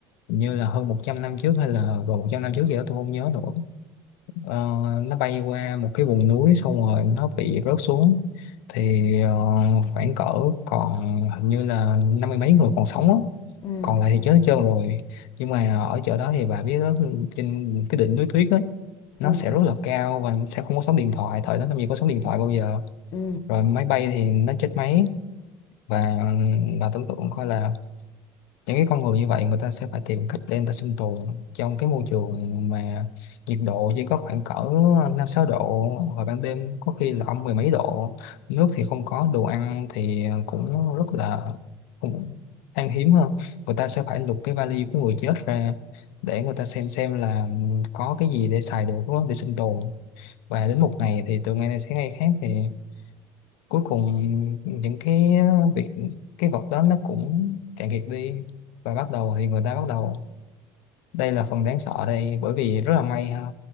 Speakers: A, on the left (about 80°); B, on the left (about 40°).
A: Hình như là hơn 100 năm trước hay là gần 100 năm trước gì đó tôi không nhớ nữa Ờ, nó bay qua một cái vùng núi xong rồi nó bị rớt xuống thì ờ, khoảng cỡ còn hình như là năm mươi mấy người còn sống á
B: ừ,
A: còn lại thì chết hết trơn rồi nhưng mà ở chỗ đó thì bà biết đó trên cái đỉnh núi tuyết ấy nó
B: ừ,
A: sẽ rất là cao và sẽ không có sóng điện thoại thời đó làm gì có sóng điện thoại bao giờ
B: ừ.
A: rồi máy bay thì nó chết máy và bà tưởng tượng coi là những cái con người như vậy người ta sẽ phải tìm cách để người ta sinh tồn trong cái môi trường mà nhiệt độ chỉ có khoảng cỡ năm sáu độ và ban đêm có khi là âm mười mấy độ nước thì không có đồ ăn thì cũng rất là cũng khan hiếm hơn người ta sẽ phải lục cái vali của người chết ra để người ta xem xem là có cái gì để xài được để sinh tồn và đến một ngày thì từ ngày này sang ngày khác thì cuối cùng những cái việc cái vật đó nó cũng cạn kiệt đi và bắt đầu thì người ta bắt đầu đây là phần đáng sợ đây bởi vì rất là may ha